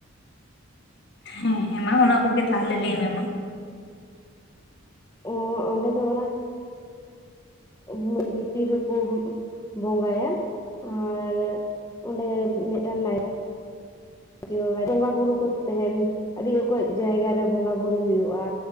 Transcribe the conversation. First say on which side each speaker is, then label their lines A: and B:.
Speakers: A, on the left; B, on the left.
A: ᱦᱮᱸ ᱦᱮᱸ ᱢᱟ ᱚᱱᱟ ᱠᱚᱜᱮ ᱛᱟᱦᱚᱞᱮ ᱞᱟᱹᱭ ᱢᱮ ᱢᱟ
B: ᱚ ᱚᱸᱰᱮ ᱫᱚ ᱚᱱᱟ ᱨᱩᱢ ᱵᱷᱤᱛᱤᱨ ᱨᱮᱠᱚ ᱵᱚᱸᱜᱟᱭᱟ ᱟᱨ ᱚᱸᱰᱮ ᱢᱤᱫᱴᱟᱝ ᱱᱟᱭ ᱠᱮ ᱵᱟᱵᱟ ᱵᱚᱸᱜᱟ ᱵᱩᱨᱩ ᱠᱚ ᱛᱟᱦᱮᱱ ᱟᱹᱰᱤ ᱚᱠᱚᱡ ᱡᱟᱭᱜᱟ ᱨᱮ ᱵᱚᱸᱜᱟ ᱵᱩᱨᱩ ᱠᱚ ᱦᱩᱭᱩᱜ-ᱟ